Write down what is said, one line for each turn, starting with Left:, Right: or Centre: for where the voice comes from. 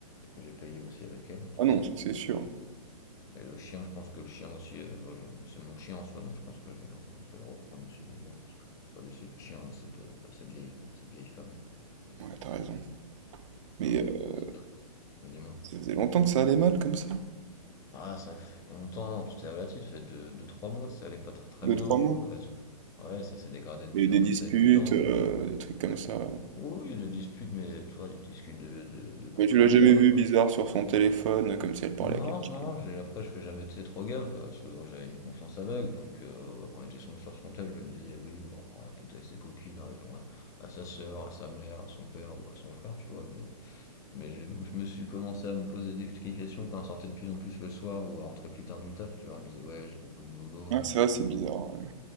Left: que j'ai payé aussi avec elle, de toute
Right: Ah
Left: façon.
Right: non, ça, c'est sûr.
Left: Et le chien, je pense que le chien aussi, euh, bah, je- c'est mon chien en soi, donc je pense que je vais le, re- je vais le reprendre aussi d'ailleurs, parce que je peux pas laisser le chien à cette, à cette vieille, cette vieille femme. Voilà.
Right: Ouais, t'as raison. Mais
Left: Ouais,
Right: euh,
Left: c'est tr- Dis-moi.
Right: ça faisait longtemps que ça allait mal comme ça.
Left: Ah, ça fait longtemps, tout est relatif, ça fait 2 trois mois que ça allait pas très très
Right: Deux,
Left: bien.
Right: trois
Left: Bon,
Right: mois.
Left: Après, ça- ouais, ça s'est dégradé de plus
Right: Et des
Left: en plus
Right: disputes,
Left: avec le temps.
Right: euh, des trucs comme ça.
Left: Oui, des disputes, mais toi, des disputes de, de, de couple
Right: Mais tu l'as
Left: lambda,
Right: jamais vu
Left: quoi.
Right: bizarre sur son téléphone, comme si elle parlait
Left: Non,
Right: à quelqu'un.
Left: non, j'ai, après, je fais jamais, tu sais, trop gaffe, quoi, parce que moi, j'avais une confiance aveugle, donc euh, bah, quand on était son- sur son tel, je me disais, oui, bon, on va prendre la tête avec ses copines, elle répond à, à sa sœur, à sa mère, à son père ou à son frère, tu vois, mais, mais j'ai- je me suis commencé à me poser des questions quand on sortait de plus en plus le soir ou à rentrer plus tard du taf, tu vois, elle me disait, ouais, j'ai beaucoup de boulot,
Right: Ah ça, c'est bizarre. ouais.